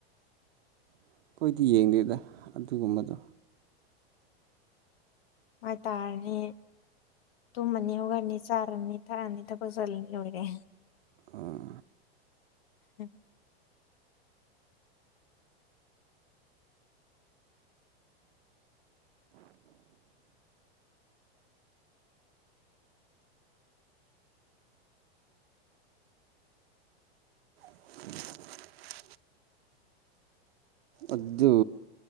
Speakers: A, on the right; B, on the left.
A: ꯑꯩꯈꯣꯏꯗꯤ ꯌꯦꯡꯗꯦꯗ ꯑꯗꯨꯒꯨꯝꯕꯗꯣ
B: ꯍꯥꯏꯇꯥꯔꯅꯤ ꯇꯨꯝꯃꯅꯤ ꯑꯣꯒꯅꯤ ꯆꯥꯔꯅꯤ ꯊꯛꯑꯅꯤ ꯊꯕ ꯆꯜꯂꯅꯤ ꯂꯣꯏꯔꯦ
A: ꯑꯣ
B: ꯎꯝ
A: <inaudible> <unintelligible> ꯑꯗꯨ